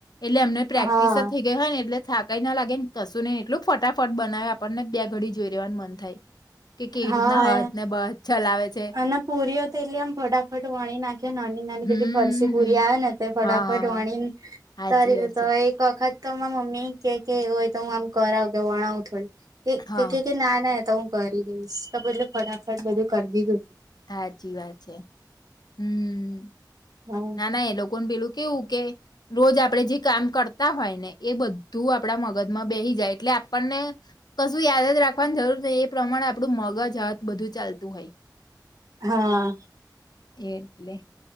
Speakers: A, on the left; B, on the right.
A: એટલે અમને પ્રેક્ટિસ
B: હા
A: થઇ ગઈ હોય ને એટલે થાક કઈ ના લાગે ને કશું એટલું ફટાફટ બનાવે આપણને બે ઘડી જોઈ રેવાનું મન થાય કે કેવી
B: હા
A: રીતના હથ ને બથ ચલાવે છે
B: અને ના પુરીઓ તો એટલી આમ ફટાફટ વણી નાખે નાની નાની
A: હમ
B: પેલી ફરસી પુરી
A: હમ.
B: આવે ને તે ફટાફટ
A: હા હા હા
B: વણીને
A: હાચી
B: તારી
A: વાત
B: રી તો
A: છે
B: એક વખત તો અમરા મમ્મી કે કે એવું હોય તો હું આમ કરાવું કે વણાવું
A: હા
B: થોડી ના ના તો હું કરી દઈશ તો બધલું ફટાફટ બધું કરી દીધું
A: સાચી વાત છે હમ
B: હતું.
A: ના ના એ લોકો પેલું કેવું કે રોજ આપણે જે કામ કરતા હોય ને એ બધું આપણા મગજમાં બે હી જાય એટલે આપણને કશું યાદ જ રાખવાની જરૂર છે, એ પ્રમાણે આપણું મગજ હાથ બધું ચાલતું હોય.
B: હા.
A: એટલે